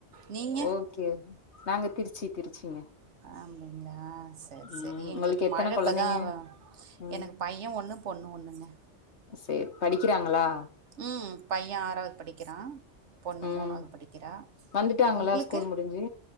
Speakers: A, on the right; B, on the left.
A: நீங்க
B: ஓகே நாங்க திருச்சி திருச்சிங்க
A: அப்படிங்களா சரி
B: ம்
A: சரி எங்களுக்கு
B: உங்களுக்கு எத்தன
A: மழை
B: கொழந்தைங்க
A: இப்போ தான்
B: ம்
A: எனக்கு பையன் ஒன்னு பொண்ணு ஒன்னுங்க
B: சேரி படிக்கிறாங்களா
A: உம் பையன் ஆறாவது படிக்கிறான் பொண்ணு
B: ம்
A: மூணாவது படிக்கிறா
B: வந்துட்டாங்களா
A: உங்களுக்கு
B: ஸ்கூல் முடிஞ்சு